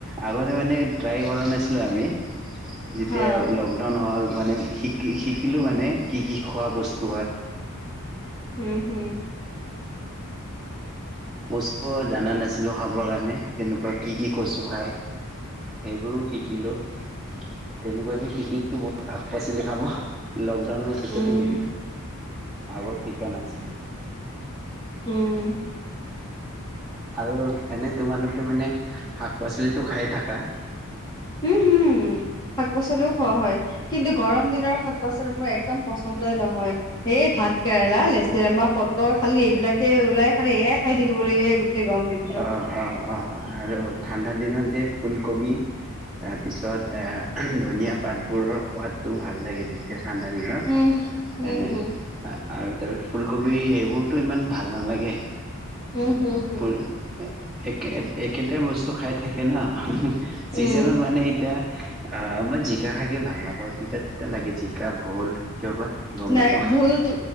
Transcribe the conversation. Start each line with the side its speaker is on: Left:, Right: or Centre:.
Centre: আগতে মানে ট্ৰাই কৰা নাছিলো আমি যেতিয়া
Left: হা
Centre: লকডাউন হল মানে শিকি শিকিলো মানে কি কি খোৱা বস্তু
Left: উম হম
Centre: ব অ জানা নাছিলো খাবৰ কাৰণে কেনেকুৱা কি কি কচু খাই সেইবোৰো শিকিলোঁ তেনেকুৱাকে শ শাক পাচলি খাব লকডাউনৰ পিছতে
Left: উম,
Centre: সিল আগৰ ঠিকা নাছিলো
Left: উম
Centre: আৰু এনে তোমালোকে মানে শাক পাচলিটো খাই থাকা?
Left: উম হুম উম শাক পাচলিও খোৱা হয়। কিন্তু গৰম দিনৰ শাক পাচলি মোৰ একদম পচন্দই নহয়। এই ভাত কেৰেলা, লেচেৰামাহ, পটল খালি এইবিলাকে ওলাই, খালি এইয়ি খাই থাকিব লাগিব গোটেই গৰম দিন।
Centre: অঁ অঁ অঁ আৰু ঠাণ্ডা দিনত যে ফুলকবি তাৰপিছত এ ধনিয়া পাতবোৰৰ সোৱাদটো ভাল লাগে, তে তিয়া ঠিণ্ডাত,
Left: উম হম
Centre: এনে
Left: হম
Centre: আৰু তাৰপিছত ফুলকবি সেইবোৰতো ইমান ভাল নালাগে।
Left: উম হুম হুম।
Centre: ফুল একে একেটাই বস্তু খাই থাকে ন চিজনত
Left: উম
Centre: মানে, এতিয়া অ' মই জিকা খাইকে ভাল নাপাওঁ তিতা তিতা লাগে, জিকা ভোল কিয় বা। গম
Left: নাই
Centre: নাপাওঁ
Left: ভোলটো